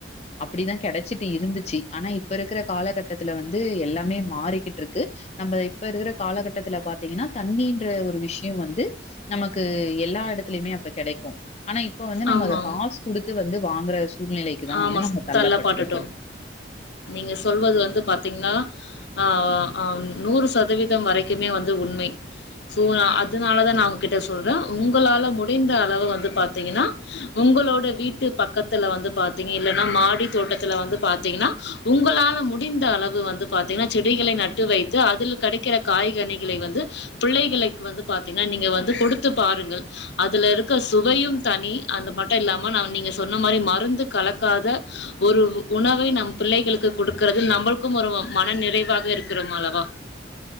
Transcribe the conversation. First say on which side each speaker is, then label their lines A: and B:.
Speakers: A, on the left; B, on the left.
A: அப்டிதா கெடச்சிட்டு இருந்துச்சு ஆனா இப்ப இருக்கற காலகட்டத்துல வந்து எல்லாமே மாறிக்கிட்ருக்கு நம்ம இப்ப இருக்கற காலகட்டத்துல பாத்தீங்கன்னா தண்ணின்ற ஒரு விஷ்யோ வந்து நமக்கு எல்லா எடத்துலயுமே அப்ப கெடைக்கு ஆனா இப்ப வந்து நம்ம
B: ஆமாம்
A: அத காசு குடுத்து வந்து வாங்கற சூழ்நிலைக்குதா
B: ஆமா
A: வந்து நம்ம தள்ளப்பட்ருக்கோ
B: தள்ள பட்டுட்டோ நீங்க சொல்வது வந்து பாத்தீங்ன்னா ஆ ஆ ஆ நூறு சதவீதம் வரைக்குமே வந்து உண்மை சோ அதுனாலதா நா உங்க கிட்ட சொல்ற உங்களால முடிந்த அளவு வந்து பாத்தீங்கன்னா உங்களோட வீட்டு பக்கத்துல வந்து பாத்தீங்க இல்லன்னா மாடி தோட்டத்துல வந்து பாத்தீங்கன்னா உங்களால முடிந்த அளவு வந்து பாத்தீங்கன்னா செடிகளை நட்டு வைத்து அதில் கெடைக்கற காய்கனிகளை வந்து பிள்ளைகளைக்கு வந்து பாத்தீங்கன்னா நீங்க வந்து கொடுத்து பாருங்கள் அதுல இருக்க சுவையும் தனி அந்த மட்டு இல்லாம நா நீங்க சொன்ன மாரி மருந்து கலக்காத ஒரு உணவை நம் பிள்ளைகளுக்கு கொடுக்கறது நம்மளுக்கும் ஒரு மன நிறைவாக இருக்கிறோம் அல்லவா